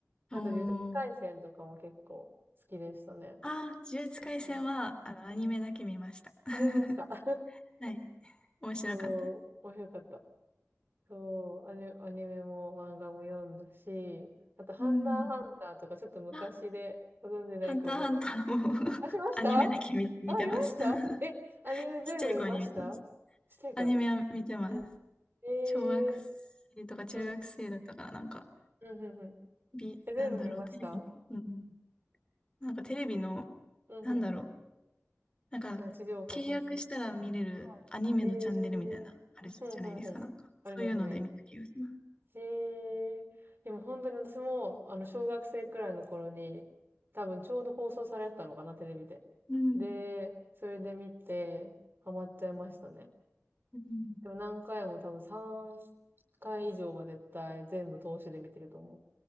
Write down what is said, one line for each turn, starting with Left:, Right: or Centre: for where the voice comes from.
Right: あと、
Left: お
Right: 呪術廻戦とかも結構好きでしたね。
Left: ーああ、呪術廻戦は、
Right: うん。
Left: あの、アニメだけ見ました。
Right: うん
Left: <laughs>
Right: ありました。<laughs>
Left: はい。面白かった。
Right: そう、面白かった。そう、アニ、アニメも漫画も読んだし、あと、ハンターハンターとかちょっと昔でご存じないかもだけど
Left: うん。あ、ハンターハンターも <laughs>
Right: あ、しましたあ、
Left: アニメだけ見、見てます。
Right: 見ましたえ、
Left: <laughs>
Right: アニメ全部見ましたちっちゃい頃。
Left: ちっちゃい頃に見てます。アニメは見てます。
Right: うん。えー、
Left: 小学生とか中学生だったから、
Right: うん、
Left: なんか、
Right: うん、うん、うん。
Left: ビ、
Right: え、全部見ました
Left: なんだろう、テレビの、うん。なんかテレビの、
Right: うん、
Left: なんだろう、
Right: うん。
Left: なんか、
Right: なんか地上波放送。
Left: 契約したら見れるアニメのチャンネルみたいな、
Right: はい。えー、
Left: あれじゃないですか、
Right: うん、うん、うん。
Left: なんか。
Right: ありますね。
Left: そういうので見た気がします。
Right: えー、でも本当に私も、あの、小学生くらいの頃に、多分ちょうど放送されてたのかな、テレビで。
Left: うん。
Right: で、それで見て、ハマっちゃいましたね。
Left: うん
Right: でも何回も多分3回以上は絶対全部通しで見てると思う。